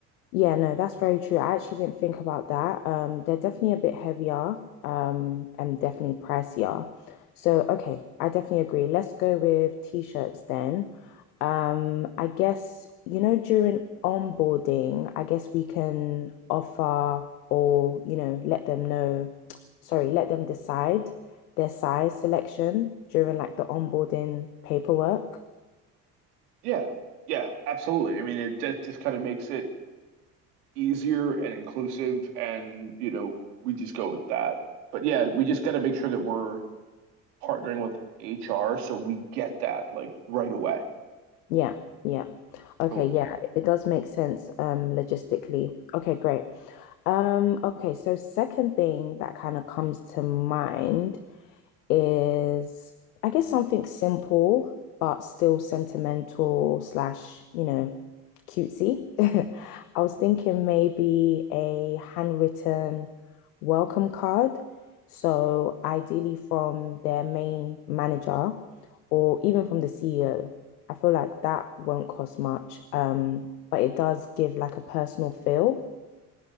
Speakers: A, on the left; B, on the right.
A: Yeah, no, that's very true. I actually didn't think about that. Um, they're definitely a bit heavier, um, and definitely pricier. So, okay, I definitely agree. Let's go with t-shirts then. Um, I guess, you know, during onboarding, I guess we can offer or, you know, let them know, <tsk> sorry, let them decide their size selection during like the onboarding paperwork.
B: Yeah. Yeah, absolutely. I mean, it just, just kind of makes it easier and inclusive and, you know, we just go with that. But yeah, we just got to make sure that we're partnering with HR so we get that like right away.
A: Yeah, yeah. Okay,
B: Cool.
A: yeah, it does make sense um logistically. Okay, great. Um, okay, so second thing that kind of comes to mind is I guess something simple but still sentimental slash, you know, cutesy. <laughs> I was thinking maybe a handwritten welcome card. So ideally from their main manager or even from the CEO. I feel like that won't cost much. Um, but it does give like a personal feel.